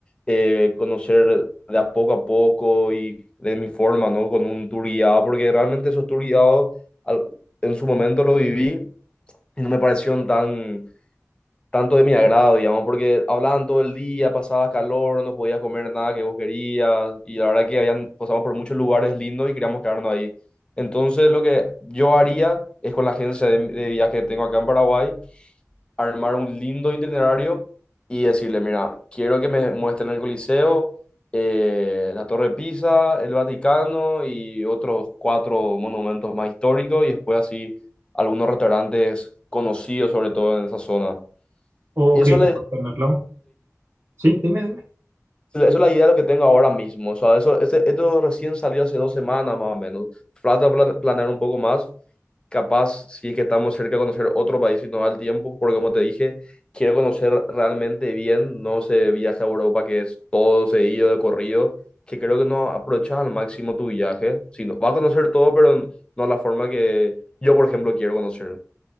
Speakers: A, on the left; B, on the right.
A: eh, conocer de a poco a poco y de mi forma, ¿no? Con un tour guiado, porque realmente esos tour guiados al- en su momento lo viví y no me parecieron tan, tanto de mi agrado, digamos, porque hablaban todo el día, pasaba calor, no podía comer nada que vos querías y la verdad que habían, pasamos por muchos lugares lindos y queríamos quedarnos ahí. Entonces lo que yo haría es con la agencia de, de viaje que tengo acá en Paraguay, armar un lindo itinerario y decirle, mira, quiero que me muestren el Coliseo, eh, la Torre de Pisa, el Vaticano y otros cuatro monumentos más históricos y después así algunos restaurantes conocidos sobre todo en esa zona.
B: o
A: Y
B: que
A: eso
B: como
A: le...
B: tenerlo. Sí, dime, dime.
A: Esa es la idea de lo que tengo ahora mismo. O sea, eso, este- esto recién salió hace dos semanas más o menos. Falta pla- planear un poco más. Capaz, si es que estamos cerca de conocer otro país y no da el tiempo, porque como te dije, quiero conocer realmente bien. No se viaje a Europa, que es todo seguido de corrido, que creo que no aprovechas al máximo tu viaje. Sino, vas a conocer todo, pero no la forma que yo, por ejemplo, quiero conocer